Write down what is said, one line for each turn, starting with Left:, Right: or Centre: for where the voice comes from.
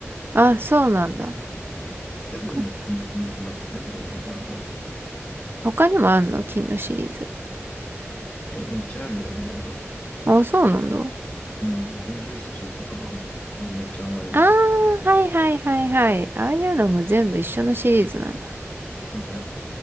Right: あ、そうなんだ。
Left: はい。セブンの金シリーズ、
Right: これ
Left: まず全部上からな。
Right: 他にもあんの金のシリーズ。
Left: え、めっちゃあるよ、いろいろ。
Right: あ、そうなんだ。
Left: うん。ビーフシチューとかは、もうめっちゃうまいよ。
Right: あー、はいはいはいはい。ああいうのも全部一緒のシリーズなんだ。
Left: そうだよ。